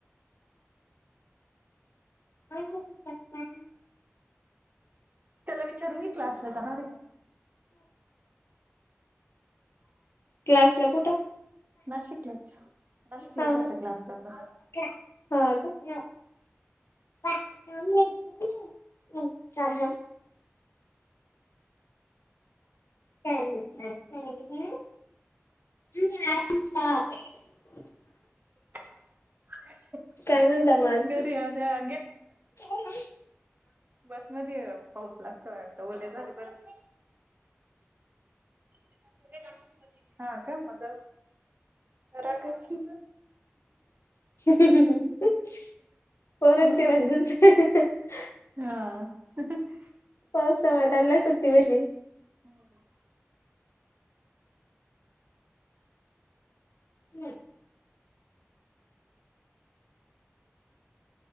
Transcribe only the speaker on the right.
त्याला विचारून यी, क्लासला जाणारय का? म्हणून
नाशिकलंच. नाशिकलच
जात क्लासला पण.
<unintelligible>
घरी आल्या
बस मध्येय. पाऊस लागतो वाटत. ओले झाले, परत. इथे, नाशिक मधी. हा, का? मज राहा घरी.
मग काय
हा. <unintelligible>
हम्म.